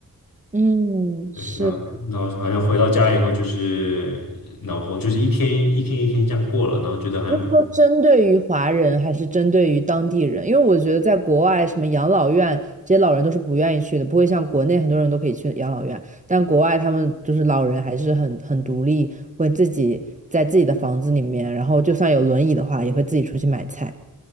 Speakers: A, on the right; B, on the left.
A: 嗯，
B: 对，
A: 是，
B: 那然后好像回到家以后，就是然后就是一天一天一天这样过了，然后觉得好像
A: 你是说针对于华人还是针对于当地人？因为我觉得在国外，什么养老院这些老人都是不愿意去的，不会像国内很多人都可以去养老院，但国外他们就是老人还是很很独立，会自己在自己的房子里面，然后就算有轮椅的话，也会自己出去买菜。